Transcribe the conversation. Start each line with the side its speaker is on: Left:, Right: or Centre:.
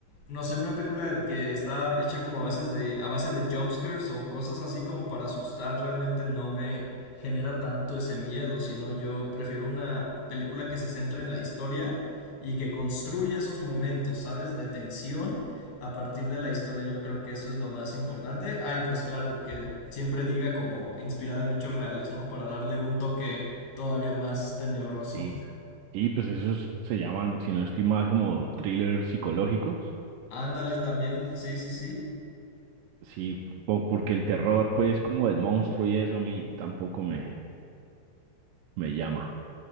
Left: no sé, una película de- que está hecha como a veces de, a base de jumpscares o cosas así como para asustar, realmente no me genera tanto ese miedo, sino yo prefiero una película que se centre en la historia y que construya esos momentos, ¿sabes? De tensión a partir de la historia. Yo creo que eso es lo más importante. Ay, pues claro, que siempre diga como inspirada en hechos reales, ¿no? Para darle un toque todavía más tenebroso.
Right: sí. Y pues esos se llaman, si no estoy mal, como thrillers psicológicos.
Left: <laughs> Ándale también, sí, sí, sí.
Right: Sí, po- porque el terror, pues, como del monstruo y eso a mí tampoco me, me llama.